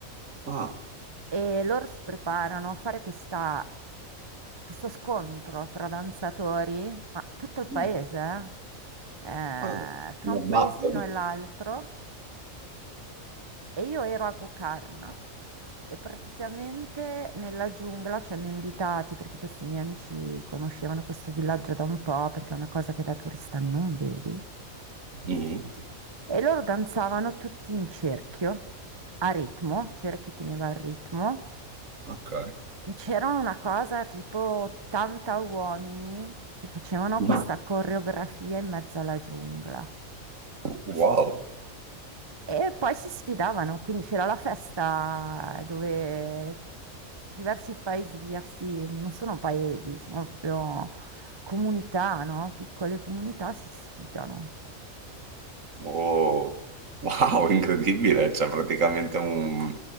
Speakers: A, on the right; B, on the right.
A: Ah,
B: E loro si preparano a fare questa- questo scontro tra danzatori, ma tutto il
A: no,
B: paese, eh,
A: ah,
B: eh, tra
A: una
B: un paesino
A: button.
B: e l'altro. E io ero a Gokarna e praticamente nella giungla ci hanno invitati perché questi miei amici conoscevano questo villaggio da un po', perché è una cosa che da turista non vedi.
A: Mhm.
B: E loro danzavano tutti in cerchio, a ritmo, c'era chi teneva il ritmo,
A: Ok.
B: e c'era una cosa tipo 80 uomini che facevano
A: Ma-
B: questa coreografia in mezzo alla giungla.
A: Wow.
B: E poi si sfidavano, quindi c'era la festa dove diversi paesi, diversi, non sono paesi, sono proprio comunità, no? Piccole comunità si sfidano.
A: Oh. Wow, incredibile, c'è praticamente un...